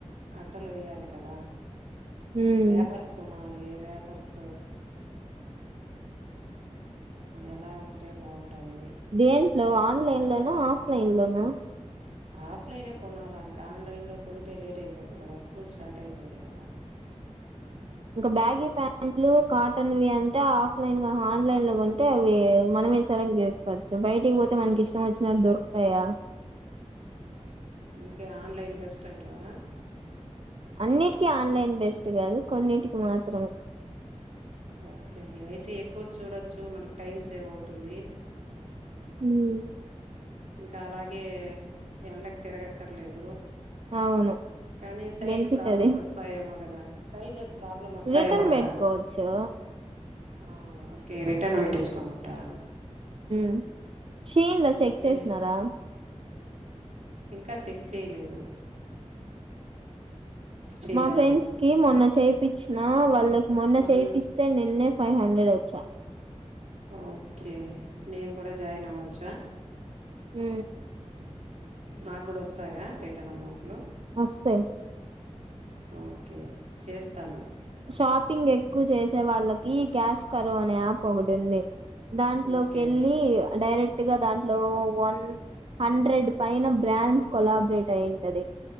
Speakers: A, on the right; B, on the right.
A: అట్టలు వేయాలి కదా
B: ఉమ్
A: రేపర్స్ కొనాలి ఏ రప్పర్స్ ఎలా ఉంటే బాగుంటాయి
B: దేంట్లో ఆన్లైన్ లోనా ఆఫ్లైన్ లోనా
A: ఆఫ్లైనే కొనాలాంక ఆన్లైన్లో కొంటే లేట్ అయిపోతుంది కదా స్కూల్ స్టార్ట్ అయిపోయినాయి కదా
B: ఇంకా బ్యాగ ప్యాంట్లు కాటన్ వ్యాం ఆఫ్లైన్ గా ఆన్లైన్ లో ఉంటే అవి మనమే సెలెక్ట్ చేసుకోవచ్చు బయటికి పోతే మనకి ఇష్టం వచ్చిన దొరుకుతాయా
A: ఇకే ఆన్లైన్ బెస్ట్ అంటావా
B: అన్నిటికీ ఆన్లైన్ బెస్ట్ కాదు కొన్నిటికి మాత్రమే
A: ఓకే ఇవైతే ఎక్కువ చూడొచ్చు మనకు టైం సేవ్ అవుతుంది
B: మ్
A: ఇంక అలాగే ఎండక్ తిరగక్కర్లేదు.
B: అవును
A: కానీ సైజు
B: బెనిఫిట్
A: ప్రాబ్లమ్స్
B: అది
A: వస్తాయేమో కదా సైజెస్ ప్రాబ్లం వస్తాయేమో
B: రిటర్న్
A: కదా
B: పెట్టుకోవచ్చు
A: ఆ ఓకే రిటర్న్ పెట్టిచ్చుకోమంటారా
B: మ్ షీన్ల చెక్
A: నే
B: చేసినారా
A: ఇంకా చెక్ చేయలేదు. చేయాలి
B: మా ఫ్రెండ్స్కి మొన్న చేపిచ్చిన వాళ్ళక్ మొన్న
A: మ్మ్.
B: చేపిస్తే నిన్నే ఫైవ్ హండ్రెడ్ వచ్చా
A: ఓకే నేన్ గుడా జాయిన్ అవ్వచ్చా?
B: మ్
A: నాక్ గుడా వస్తాయా రిటర్న్ అమౌంట్లు
B: వస్తయి
A: ఓకే చేస్తాను.
B: షాపింగ్ ఎక్కు చేసే వాళ్ళకి క్యాష్ కరు అనే యాప్ ఒకటి ఉంది. దాంట్లోకెళ్ళి
A: ఓకే
B: డైరెక్ట్ ఇగ దాంట్లో వన్ హండ్రెడ్ పైన బ్రాండ్స్ కొలాబ్రేట్ అయింటది.